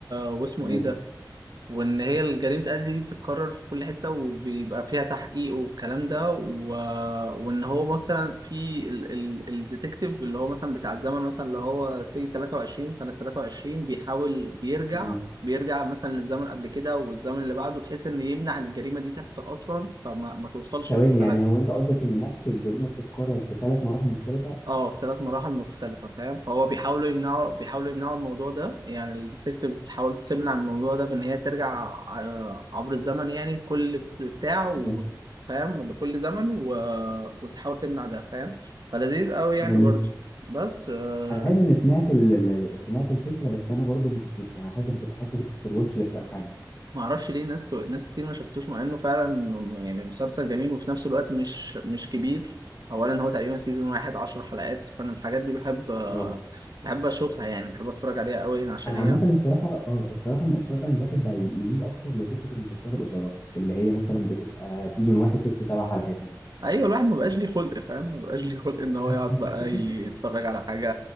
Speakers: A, on the right; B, on the left.
A: واسمه
B: تمام
A: ايه ده وان هي جريمة قتل دي بتتكرر في كل حتة وبيبقى فيها تحقيق والكلام ده و... وان هو مثلا في ال... ال... الديتكتيف اللي هو مثلا بتاع الزمن مثلا اللي هو سي 23 سنة 23 بيحاول بيرجع
B: تمام
A: بيرجع مثلا للزمن قبل كده والزمن اللي بعده بحيث ان يمنع الجريمة دي تحصل اصلا فما ما توصلش
B: ثواني
A: للسنة
B: يعني هو انت قصدك ان نفس الجريمة بتتكرر في ثلاث مراحل مختلفة
A: اه في ثلاث مراحل مختلفة فاهم فهو بيحاولوا يمنعوا بيحاولوا يمنعوا الموضوع ده يعني الديتكتيف بتحاول تمنع الموضوع ده بإن هي ترجع ع- آه، عبر الزمن يعني كل بتاع و-
B: ج-
A: فاهم لكل زمن و... وتحاول تمنع ده فاهم فلذيذ قوي يعني
B: جميل
A: برضه بس آه،
B: انا حاسس ان سمعت ال... ال- ال- سمعت الفكرة بس انا برضو ما شفتوش يعني حاسس ان كنت حاطه في الواتش ليست او حاجة
A: ما اعرفش ليه ناس ك... ناس كتير ما شافتوش مع انه فعلا يعني مسلسل جميل وفي نفس الوقت مش مش كبير اولا هو تقريبا سيزون واحد عشر حلقات فانا الحاجات دي بحب آه،
B: اه
A: بحب اشوفها يعني بحب اتفرج عليها قوي عشان
B: انا
A: هي
B: عامه الصراحه اه الصراحه مؤخرا الواحد بقى يميل اكتر لفكره المسلسلات القصيره اللي هي مثلا بتبقى سيزون واحد ست سبع حلقات مثلا
A: ايوه الواحد ما بقاش ليه خلق فاهم ما بقاش ليه خلق ان هو
B: <laughs>
A: يقعد بقى يتفرج على حاجه